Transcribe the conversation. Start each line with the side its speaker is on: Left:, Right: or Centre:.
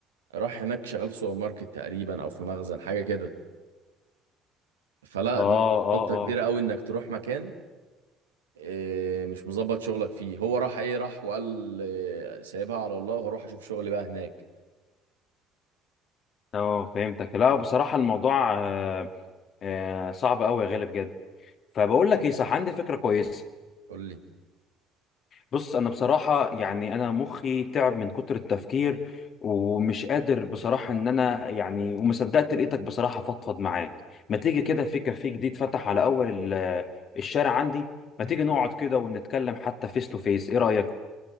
Right: راح هناك شغال في سوبر ماركت تقريبا او في مخزن حاجه كده فلا
Left: اه
Right: دي غلطه
Left: اه اه
Right: كبيره قوي انك تروح مكان آه، مش مظبط شغلك فيه هو راح ايه راح وقال آه، سايبها على الله وهروح اشوف شغلي بقى هناك
Left: اه فهمتك لا بصراحة الموضوع آه آه صعب قوي يا غالي بجد فبقول لك ايه صح عندي فكرة كويسة
Right: قول لي
Left: بص انا بصراحه يعني انا مخي تعب من كتر التفكير ومش قادر بصراحه ان انا يعني وما صدقت لقيتك بصراحه فضفض معاك ما تيجي كده في كافيه جديد فتح على اول ال- الشارع عندي ما تيجي نقعد كده ونتكلم حتى فيس تو فيس ايه رايك